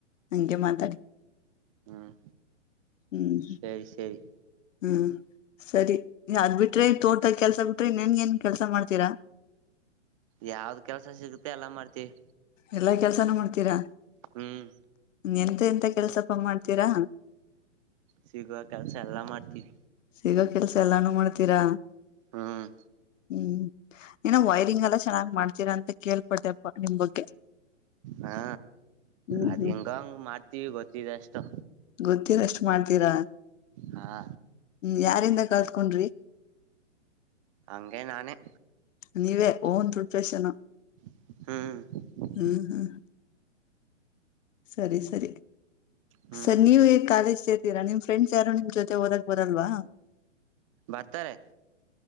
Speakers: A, on the left (about 80°); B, on the right (about 25°).
A: ಹಂಗೆ ಮಾತಾಡಿ
B: ಹ್ಮ್
A: ಹ್ಮ್
B: ಸರಿ ಸರಿ.
A: ಹ್ಮ್ ಸರಿ ಅದ್ ಬಿಟ್ರೆ
B: ಹ
A: ತೋಟದ ಕೆಲ್ಸ ಬಿಟ್ರಿ ಇನ್ನೇನ್ ಏನ್ ಕೆಲ್ಸ ಮಾಡ್ತೀರಾ?
B: ಯಾವ್ದ ಕೆಲ್ಸ ಸಿಗುತ್ತೆ ಎಲ್ಲ ಮಾಡ್ತೀವಿ.
A: ಎಲ್ಲಾ ಕೆಲ್ಸಾನೂ ಮಾಡ್ತೀರಾ.
B: ಹ್ಮ್
A: ಎಂತ ಎಂತ ಕೆಲ್ಸಪ್ಪ ಮಾಡ್ತೀರಾ.
B: ಸಿಗೋವ ಕೆಲ್ಸ ಎಲ್ಲಾ ಮಾಡ್ತಿವಿ.
A: ಸಿಗೋ ಕೆಲ್ಸ ಎಲ್ಲಾನು ಮಾಡ್ತೀರಾ
B: ಹ್ಮ್
A: ಹ್ಮ್ ಏನ ವೈರಿಂಗ್ ಎಲ್ಲ ಚೆನ್ನಾಗ್ ಮಾಡ್ತೀರಾ ಅಂತ ಕೆಳಪಟ್ಟೆಪಾ ನಿಮ್ ಬಗ್ಗೆ.
B: ಹಾ
A: ಹ್ಮ್
B: ಅದ್
A: ಹ್ಮ್
B: ಹಿಂಗೋಹಂಗೋ ಮಾಡ್ತೀವಿ ಗೊತ್ತಿದೆ ಅಷ್ಟು.
A: ಗೊತ್ತಿರಷ್ಟು <unintelligible>
B: ಹಾ
A: ಯಾರಿಂದ ಕಳ್ತ್ಕೊಂಡ್ರಿ.
B: ಹಂಗೆ ನಾನೇ-
A: ನೀವೇ ಓನ್ ಪ್ರೊಫ್ರಷನ್
B: ಹ್ಮ್
A: ಹ್ಮ್ ಹ್ಮ್. ಸರಿ ಸರಿ.
B: ಹ್ಮ್
A: ಸರ್ ನೀವೇ ಕಾಲೇಜ್ ಸೇರ್ತೀರಾ ನಿಮ್ ಫ್ರೆಂಡ್ಸ್ ಯಾರು ನಿಮ್ ಜೊತೆ ಓದಕ್ ಬರಲ್ವಾ?
B: ಬರ್ತಾರೆ.